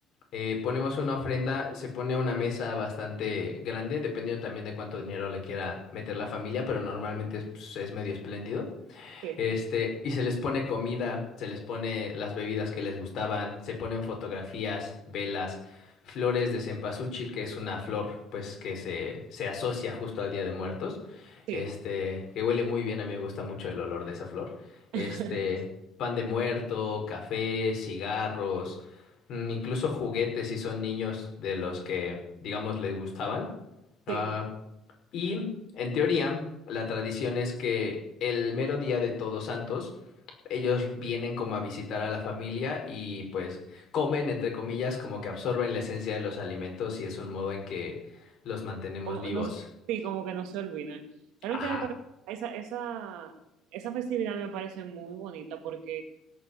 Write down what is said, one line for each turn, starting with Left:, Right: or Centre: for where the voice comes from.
Left: eh, ponemos una ofrenda, se pone una mesa bastante grande, dependiendo también de cuánto dinero le quiera meter la familia, pero normalmente es pues, es medio espléndido.
Right: Sí,
Left: Este, y se les pone comida, se les pone las bebidas que les gustaban, se ponen fotografías, velas, flores de cempasúchil, que es una flor, pues, que se, se asocia justo al Día de Muertos.
Right: sí.
Left: Este, que huele muy bien, a mí me gusta mucho el olor de esa flor. Este,
Right: <laughs>
Left: pan de muerto, café, cigarros, mm, incluso juguetes si son niños de los que, digamos, les gustaban. Ah,
Right: Sí.
Left: y en teoría, la tradición es que el mero día de Todos Santos, ellos vienen como a visitar a la familia y pues comen, entre comillas, como que absorben la esencia de los alimentos y es un modo en que los mantenemos
Right: Como,
Left: vivos.
Right: no, sí, como que no se olvidan. Realmente
Left: Ajá.
Right: me parece- esa, esa, esa festividad me parece muy bonita porque